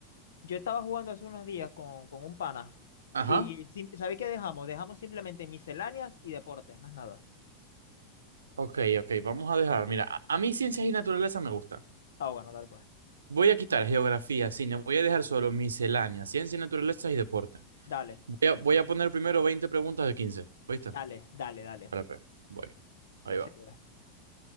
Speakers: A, on the left; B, on the right.
A: yo estaba jugando hace unos días con, con un pana.
B: Ajá.
A: Y sim- ¿sabéis qué dejamos? Dejamos simplemente misceláneas y deportes, más nada.
B: Ok, ok, vamos a dejar. Mira, a, a mí ciencias y naturaleza me gusta.
A: Ah, bueno, dale, pues.
B: Voy a quitar geografía, cine, voy a dejar solo miscelánea, ciencias y naturaleza y deporte.
A: Dale,
B: Voy a, voy a poner primero 20 preguntas de 15. ¿Viste?
A: dale, dale, dale.
B: Espérate, voy. Ahí
A: Me
B: va.
A: sirve.